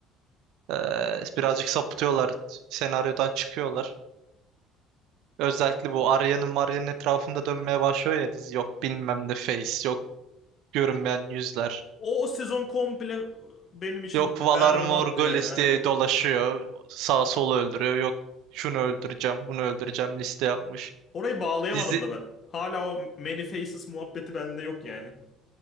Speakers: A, on the right; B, on the left.
A: Ee, birazcık sapıtıyorlar. Senaryodan çıkıyorlar. Özellikle bu Arya'nın Marya'nın etrafında dönmeye başlıyor ya dizi. Yok bilmem ne face, yok görünmeyen yüzler.
B: O, o sezon komple benim için
A: Yok Valar
B: berbattı
A: Morghulis
B: yani aynen.
A: diye dolaşıyor. Sağ solu öldürüyor. Yok şunu öldüreceğim, bunu öldüreceğim liste yapmış.
B: Orayı bağlayamadım
A: Dizi,
B: da ben. Hala o Many Faces muhabbeti bende yok yani.